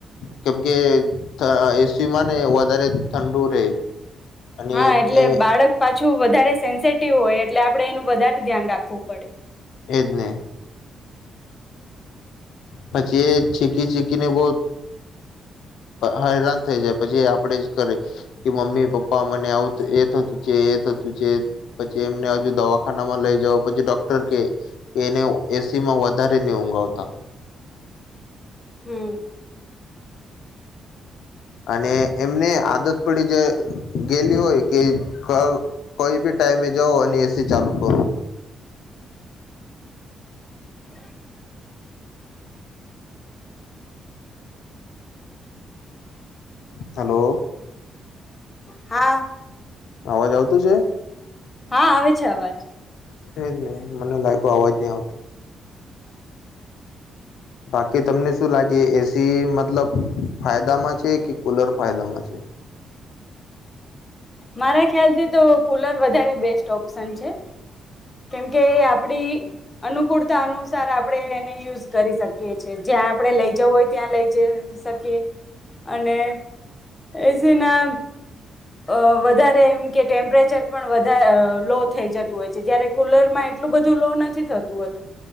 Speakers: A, on the left; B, on the left.
A: કેમ કે અ એસીમાં ને વધારે ઠંડુ રહે. અને
B: હા એટલે
A: એ
B: બાળક પાછી છું વધારે સેન્સટિવ હોય એટલે આપણે એનું વધારે ધ્યાન રાખવું પડે
A: એદને પછી એ ચીકી છીકીને બહુ હેરાન થઈ જાય પછી એ આપડે જ કરીે કે મમ્મી પપ્પા મને આવું એ થતું છે એ થતું છે. પછી એમને હજુ દવાખાનામાં લઈ જાવ પછી ડોક્ટર કે એને એસીમાં વધારે નહી ઊંઘાવતા.
B: હમ.
A: અને એમને આદત પડી જે ગેલી હોય. કે ક કોઈ બી ટાઈમે જાવ અને એસી ચાલુ કરું
B: હ <unintelligible> <inaudible>
A: હલો
B: હા
A: અવાજ આવતો છે.
B: હા આવે છે અવાજ.
A: એજ ને મને લાગ્યું અવાજ નહી આવતું. બાકી તમને શું લાગે એ... તે મતલબ.... ફાયદામાં છે કે કુલર ફાયદામાં છે.
B: મારા ખ્યાલ થી તો કુલર વધારે બેસ્ટ ઓપ્શન છે. કેમકે આપડી અનુકૂળતા અનુસાર આપણે એને યુઝ કરી શકીએ છેએ જ્યાં આપણે લઈ જવું હોય ત્યાં લઈ જ શકીએ અને એસી ના અ વધારે એમ કે ટેમ્પરેચર પણ વધારે અ લો થઈ જતું હોય છે જયારે. કુલરમાં એટલું બધું લો નથી થતું હતું,